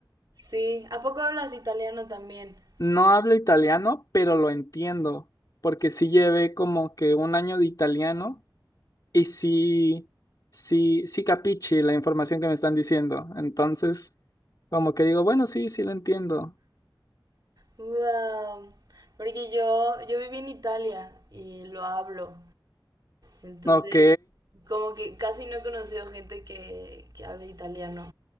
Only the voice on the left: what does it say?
No hablo italiano, pero lo entiendo, porque sí llevé como que un año de italiano y sí, sí, sí capiche la información que me están diciendo. Entonces, como que digo, bueno, sí, sí lo entiendo.
Ok.